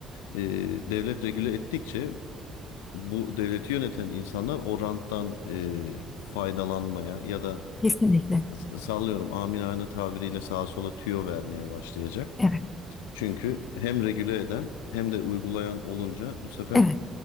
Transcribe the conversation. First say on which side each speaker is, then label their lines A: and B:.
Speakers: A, on the left; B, on the left.
A: e, devlet regüle ettikçe bu devleti yöneten insanlar o ranttan e, faydalanmaya ya da
B: kesinlikle.
A: s- sallıyorum amiyane tabiriyle sağa sola tüyo vermeye başlayacak.
B: Evet,
A: Çünkü hem regüle eden hem de uygulayan olunca bu sefer
B: evet,